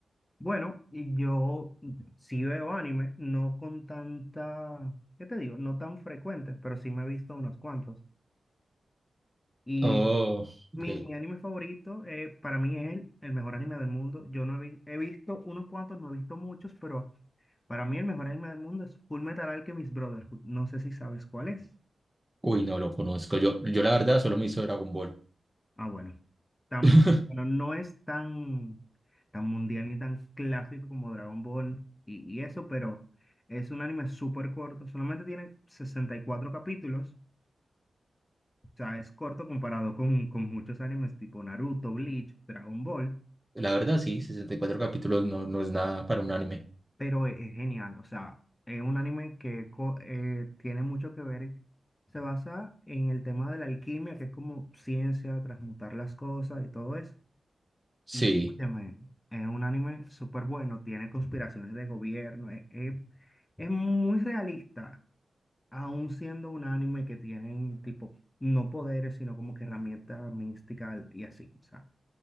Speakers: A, on the left; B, on the right.
A: Bueno, y yo sí veo anime, no con tanta, ¿qué te digo? No tan frecuente, pero sí me he visto unos cuantos. Y
B: Oh, ok.
A: mi, mi anime favorito, eh, para mí es el, el mejor anime del mundo. Yo no he, vi- he visto unos cuantos, no he visto muchos, pero para mí el mejor anime del mundo es Full Metal Alchemist Brotherhood. No sé si sabes cuál es.
B: Uy, no lo conozco. Yo, yo la verdad solo me hizo Dragon Ball.
A: Ah, bueno. Tan,
B: <laughs>
A: bueno, no es tan, tan mundial ni tan clásico como Dragon Ball y, y eso, pero es un anime súper corto. Solamente tiene 64 capítulos. O sea, es corto comparado con, con muchos animes tipo Naruto, Bleach, Dragon Ball,
B: La verdad, sí, 64 capítulos no, no es nada para un anime.
A: pero e- es, genial. O sea, es un anime que co- eh, tiene mucho que ver. Se basa en el tema de la alquimia, que es como ciencia, transmutar las cosas y todo eso. Y
B: Sí,
A: óyeme, es un anime súper bueno, tiene conspiraciones de gobierno, es, es- es muy realista, aún siendo un anime que tienen tipo, no poderes, sino como que herramientas místicas y así. O sea,